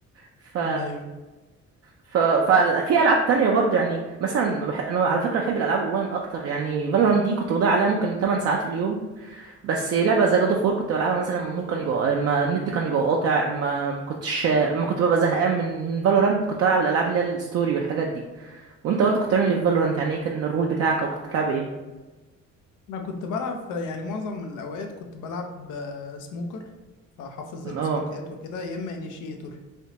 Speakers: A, on the right; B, on the left.
A: ف
B: ايوه
A: ف ففي <laughs> العاب تانية برضه يعني مثلا بح... انا على فكره بحب الالعاب اونلاين اكتر يعني فالورانت دي كنت بضيع عليها ممكن 8 ساعات في اليوم بس لعبه زي جاد اوف وور كنت بلعبها مثلا لما النور كان يبقى اما النت كان يبقى قاطع اما ما كنتش ما كنت ببقى زهقان من من فالورانت كنت بلعب الالعاب اللي هي الستوري والحاجات دي وانت برضه كنت بتعمل ايه في فالورانت يعني ايه كان الرول بتاعك او كنت بتلعب ايه
B: انا كنت بلعب في- يعني معظم الاوقات كنت بلعب آه، سموكر فحافظ
A: اه
B: السموكات وكده يا اما انيشيتور